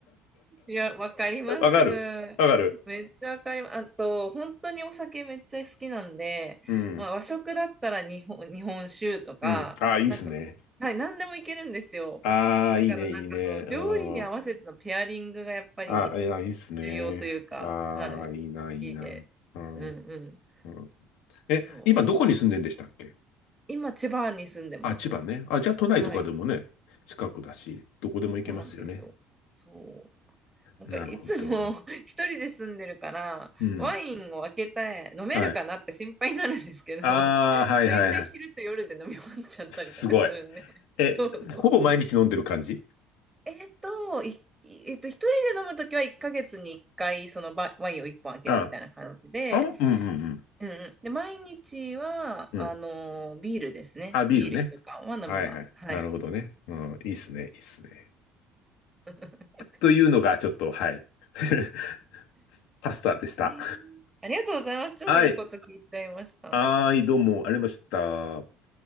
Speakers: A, on the right (about 15°); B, on the left (about 75°).
A: いや、わかります。
B: わかる。わかる。
A: めっちゃわかります。あと、本当にお酒めっちゃ好きなんで、
B: うん。
A: まあ、和食だったら日本、日本酒とか、
B: うん。ああ、いいっすね。
A: なんか、はい、何でもいけるんですよ。
B: ああ、
A: だから、
B: いいね、
A: なんかその料理に合わせてのペアリングがやっぱり
B: いいね。うんああ、あいや、いいっすね。
A: 重要というか、
B: ああ、
A: はい、
B: いいな、
A: 好きで。
B: いいな。うん。
A: うんうん。
B: うんえ、
A: そう。
B: 今どこに住んでんでしたっけ
A: 今、千葉に住んでます。
B: あ、千葉ね。あ、じゃあ都内とかでもね、
A: はい。
B: 近くだし、どこでも行けますよね。
A: そうなんですよ。そう。なんかいつも
B: なるほど。
A: <laughs> 一人で住んでるから、
B: うん。
A: ワインを開けて飲めるかなって心配になるんですけど、
B: はい。ああ、
A: <laughs>
B: はいはいはい。
A: 大体昼と夜で飲み終わっちゃったりとかするんで。
B: すごい。え、
A: そうそう。
B: ほぼ毎日飲んでる感じ
A: えっと、いえっと、一人で飲むときは1ヶ月に1回そのバワインを1本開けるみたいな感じで、
B: あ、あん、うんうん
A: うんうん、で、毎日は、
B: うん。
A: あのービールですね。
B: うん。あ、ビールね。
A: ビール一缶は飲みます。
B: はいはい。
A: はい。
B: なるほどね。うん、いいっすね、いいっすね。
A: <laughs>
B: というのが、ちょっと、はい。<laughs> パスタでした。
A: えーありがとうございます。超いいこと聞いちゃいました。
B: はい。はい、どうも、ありがとうございました。